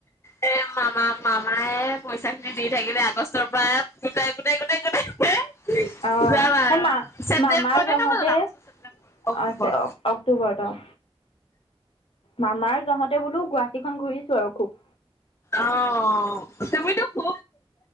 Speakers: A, on the left; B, on the left.
A: এ মামা, মামায়ে পইচাখিনি দি থাকিলে আগষ্টৰ পৰা গোটাই, গোটাই, গোটাই, গোটাই
B: অ',
A: যাম আৰু
B: সেই মা-
A: ছেপ্তেম্বৰতে
B: মামাৰ জহতহে,
A: ন মই আগষ্ট ছেপ্তেম্বৰ অক্টোবৰ
B: আছে অক্টোবৰত, অঁ। মামাৰ জহতহে বোলো গুৱাহাটীখন ঘূৰিছোঁ আৰু খুব।
A: অ', তুমিতো খুব